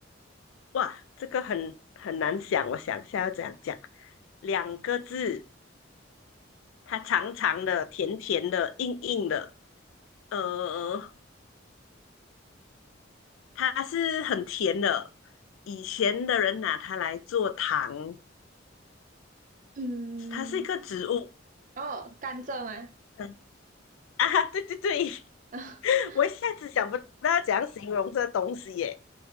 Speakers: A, on the left (about 85°); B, on the right (about 40°).
A: 哇，这个很很难想，我想一下要怎样讲，两个字，它长长的、甜甜的、硬硬的，呃，它是很甜的。以前的人拿它来做糖，
B: 嗯，
A: 它是一个植物。
B: 哦，甘蔗吗？
A: <laughs> 嗯啊，对对对，
B: <laughs>
A: <laughs> 我一下子想不到要怎样形容这东西耶。